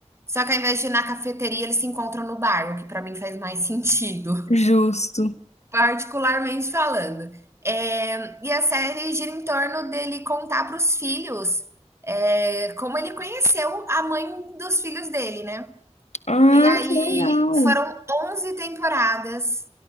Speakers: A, on the right (about 25°); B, on the left (about 75°).
A: Só que ao invés de ir na cafeteria, eles se encontram no bar, o que pra mim faz mais <laughs> sentido.
B: Justo.
A: particularmente falando. É, e a série gira em torno dele contar para os filhos é, como ele conheceu a mãe dos filhos dele, né?
B: Ah,
A: E aí
B: que legal.
A: foram 11 temporadas